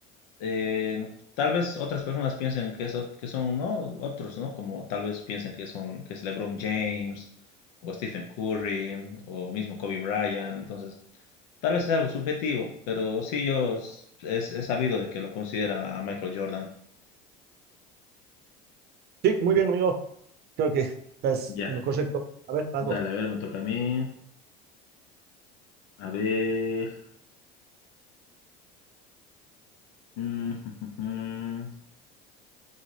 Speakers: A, on the left; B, on the right.
A: eh, tal vez otras personas piensen que, es, ot- que son, ¿no? Otros, ¿no? Como tal vez piensen que son, que es LeBron James o Stephen Curry o mismo Kobe Bryant, entonces... Tal vez es algo subjetivo, pero sí yo s- es, he sabido de que lo consideran a Michael Jordan.
B: Sí, muy bien, amigo. Creo que estás
A: Ya,
B: en lo correcto. A ver,
A: dale,
B: vas vos.
A: a ver, me toca a mí. A ver. mm, <laughs>